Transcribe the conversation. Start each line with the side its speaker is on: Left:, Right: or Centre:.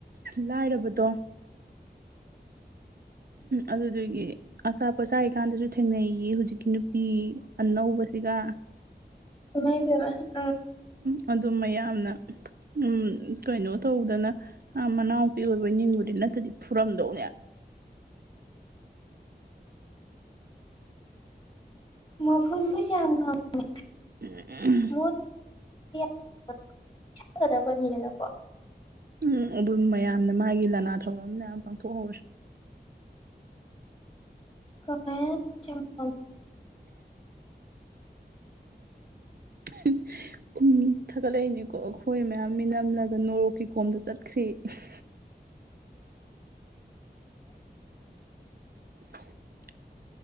Right: ꯂꯥꯏꯔꯕꯗꯣ ꯑꯗꯨꯗꯒꯤ ꯑꯆꯥꯄꯣꯠꯆꯥꯥꯔꯤ ꯀꯥꯟꯗꯁꯨ ꯊꯦꯡꯅꯩꯌꯦ ꯍꯧꯖꯤꯛꯀꯤ ꯅꯨꯄꯤ ꯑꯅꯧꯕꯁꯤꯒ
Left: ꯃꯥꯏꯗꯕ ꯎ
Right: ꯎ ꯑꯗꯨꯝ ꯃꯌꯥꯝꯅ ꯎ ꯀꯩꯅꯣ ꯇꯧꯗꯅ ꯃꯅꯥꯎꯄꯤ ꯑꯣꯏꯕ ꯟꯕꯨꯗꯤ ꯅꯠꯇꯗꯤ ꯐꯨꯔꯝꯗꯧꯅꯦ
Left: ꯃꯍꯨꯠ ꯃꯖꯝ ꯑꯃ
Right: ꯎ
Left: ꯃꯣꯏꯒꯗꯕꯅꯤꯗꯅꯀꯣ
Right: ꯎꯝ ꯑꯗꯨꯝ ꯃꯌꯥꯝꯅ ꯃꯥꯒꯤ ꯂꯅꯥ ꯊꯧꯔꯝ ꯃꯌꯥꯝ ꯄꯥꯡꯊꯣꯛꯍꯧꯔꯦ
Left: ꯀꯟ ꯆꯁ
Right: <inaudible> ꯊꯥꯒꯠꯂꯛꯏꯅꯦꯅꯤꯀꯣ ꯑꯩꯈꯣꯏ ꯃꯌꯥꯝ ꯃꯤ ꯅꯝꯂꯒ ꯅꯣꯔꯣꯛꯀꯤ ꯀꯣꯝꯗ ꯆꯠꯈ꯭ꯔꯔꯤ <inaudible>